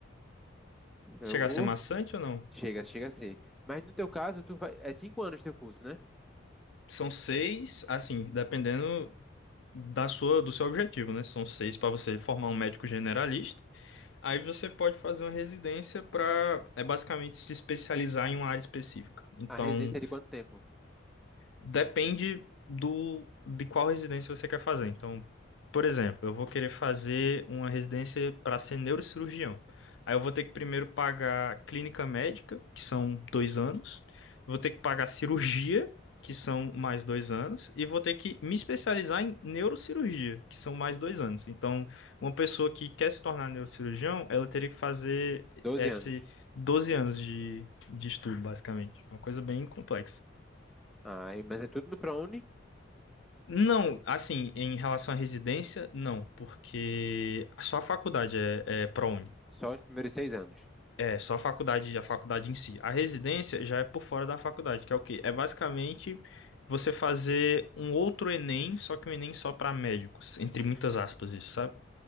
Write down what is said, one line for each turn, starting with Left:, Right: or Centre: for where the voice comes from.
Centre: É,
Left: Chegar
Centre: Ou
Left: a ser maçante ou não?
Centre: chega, chega a ser. Mas no teu caso, tu vai... é cinco anos teu curso, né?
Left: São seis, assim, dependendo da sua, do seu objetivo, né? São seis pra você formar um médico generalista. Aí você pode fazer uma residência pra é basicamente se especializar em uma área específica. Então,
Centre: A residência é de quanto tempo?
Left: Depende do de qual residência você quer fazer. Então, por exemplo, eu vou querer fazer uma residência para ser neurocirurgião. Aí eu vou ter que primeiro pagar clínica médica, que são dois anos. Vou ter que pagar cirurgia, que são mais dois anos. E vou ter que me especializar em neurocirurgia, que são mais dois anos. Então, uma pessoa que quer se tornar neurocirurgião, ela teria que fazer
Centre: Doze
Left: esse
Centre: anos.
Left: 12 anos de, de estudo, basicamente. Uma coisa bem complexa.
Centre: Ah, e- mas é tudo no ProUni?
Left: Não, assim, em relação à residência, não, porque só a faculdade é, é ProUni.
Centre: Só os primeiros seis anos.
Left: É, só a faculdade, a faculdade em si. A residência já é por fora da faculdade, que é o quê? É basicamente você fazer um outro Enem, só que um Enem só para médicos, entre muitas aspas, isso, sabe?